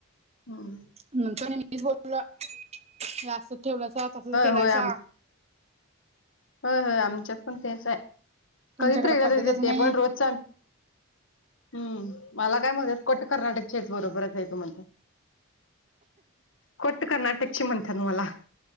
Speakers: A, on the left; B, on the right.
A: हम्म.
B: नंतर मीच बोललो हे असं ठेवलायलासा तसंच केेलायसा.
A: होय आम होय होय आमच्यात पण तेच आहे.
B: तुमच्याकडे
A: कधीत्र य
B: पद्धतच
A: ते
B: नाही
A: पण रोजचा. हम्म मला काय म्हत कोट कर्नाटक चेच बरोबरच आहे तू म्हणत. कोट कर्नाटकची म्हणत्यात मला.